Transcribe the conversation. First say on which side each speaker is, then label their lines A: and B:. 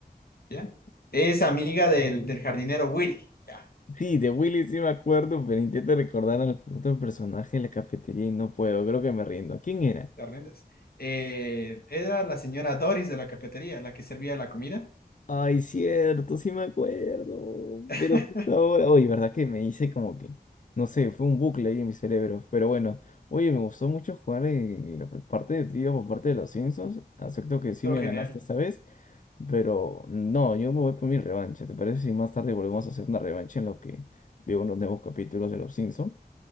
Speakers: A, on the left (about 70°); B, on the left (about 50°).
A: ¿ya? Es amiga del, del jardinero Willy, ya,
B: sí, de Willy sí me acuerdo, pero intento recordar al otro personaje en la cafetería y no puedo. Creo que me rindo. ¿Quién era?
A: te rindes. Eh, era la señora Doris de la cafetería, la que servía la comida.
B: Ay, cierto, sí me acuerdo.
A: <laughs>
B: Pero justo ahora, oye, ¿verdad que me hice como que, no sé, fue un bucle ahí en mi cerebro? Pero bueno, oye, me gustó mucho jugar en la parte de trivia por parte de los Simpsons. Acepto que sí
A: Todo
B: me
A: genial.
B: ganaste esta vez, pero no, yo me voy por mi revancha. ¿Te parece si más tarde volvemos a hacer una revancha en lo que veo unos nuevos capítulos de los Simpsons?